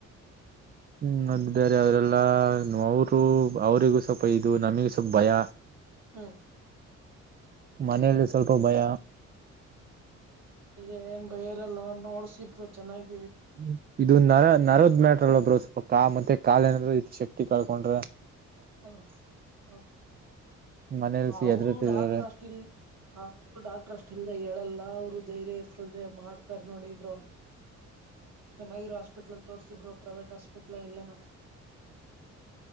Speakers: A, on the right (about 30°); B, on the right (about 55°).
A: ಹ್ಮ್ ಅದು ಬೇರೆ ಅವ್ರೆಲ್ಲಾ ಅವರು ಅವರಿಿಗೂ ಸ್ವಲ್ಪ ಇದು ನಮಿಗೂ ಸ್ವಲ್ಪ ಭಯ
B: ಹ್ಮ್
A: ಮನೇೆಯಲ್ಲಿ ಸ್ವಲ್ಪ ಭಯ
B: ಏನ್ ಬಯರಲ್ಲ ನೋಡ್ಸಿಬರು ಚೆನ್ನಾಗಿ
A: ಹ್ಮ್ ಇದು ನರ ನರದ್ ಮ್ಯಾಟ್ರ ಅಲ್ಲೊಬ್ರರು ಸ್ವಲ್ಪ ಕಾ ಮತ್ತೆ ಕಾ ಏನಾದ್ರರು ಇದ ಶಕ್ತಿ ಕಳ್ಕೊಂಡ್ರ
B: ಹಾ ಹಾ
A: ಮನೇಲಿ
B: ಅವರು
A: ಎದರುತಿದ್ದಾರೆ
B: ಡಾಕ್ಟರ್ ಅಷ್ಟ ಇಲ್ ಅವರು ಡಾಕ್ಟರ್ ಅಷ್ಟ ಇಲ್ದ ಹೇಳಲ್ಲ ಅವರು ಧೈರ್ಯ ಇರ್ತದೆ ಮಾಡ್ತಾರ ನೋಡಿ ಇಬ್ರು ಚೆನ್ನಾಗಿರೋ ಹಾಸ್ಪಿಟ್ಲ್ಲ್ ತೋರ್ಸ್ತಿಿದರು ಪ್ರೈವೇಟ್ ಹಾಸ್ಪಿಟ್ಲ್ ಎಲ್ಲನ ಹಾ